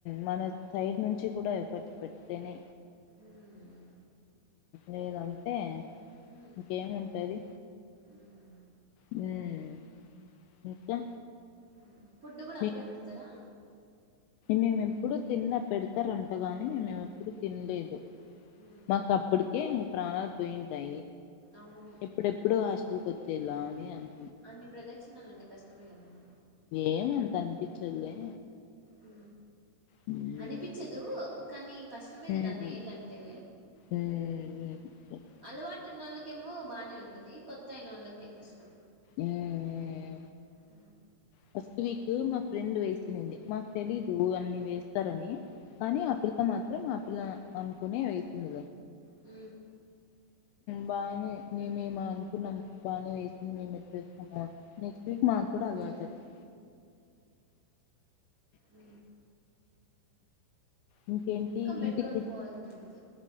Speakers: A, on the left; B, on the right.
A: మన సైడ్ నుంచి కూడా ఎఫర్ట్ పెడితేనే
B: మ్మ్
A: లేద అంతే
B: మ్మ్
A: ఇంకేము ఉంటది
B: మ్మ్
A: హు ఉ ఇంకా
B: మ్మ్ ఫుడ్ కూడా
A: మీ
B: అక్కడే పెడతారా
A: మేము ఎప్పుడు తినలే పెడతారంటగాని మేము ఎప్పుడు తినలేదు
B: మ్మ్
A: మాకా అప్పుటికే ప్రాణాలు పోయింటే
B: అవును
A: ఎప్పుడెప్పుడు ఆ గుచ్చేలాని అంత
B: అన్ని ప్రదక్షిణలు అంటే కష్టమే కదాండి
A: ఏం అంత అనిపించదులే
B: ఊ
A: ఉమ్
B: అనిపించదు కనీ కష్టమే
A: ఉమ్
B: కదా అన్నేళ్లంటే
A: ఉమ్ ఉమ్
B: అలవాటు ఉన్నోళ్లకి కేమో బాగానే ఉంటది కొత్త అయిన వాళ్ళకే కష్టం
A: ఉ ఉ
B: ఉ
A: ఫస్ట్ వీక్ మా ఫ్రెండ్ వేసింది మాకు తెలీదు అన్ని వేస్తారని కానీ
B: హ్మ్
A: ఆ పిల్ల మాత్రం ఆ పిల్లా అనుకునే వేసింది
B: ఊ
A: బానే మే మేము అనుకున్నాం బానే వేసింది మేము వచ్చేసాము, మా కూడా అలవాటు
B: హ్మ్
A: ఐపోయేది,
B: ఉ
A: ఇంకేంటి
B: పెట్టుకొని
A: ఇంటికి
B: పోవాలి అంతే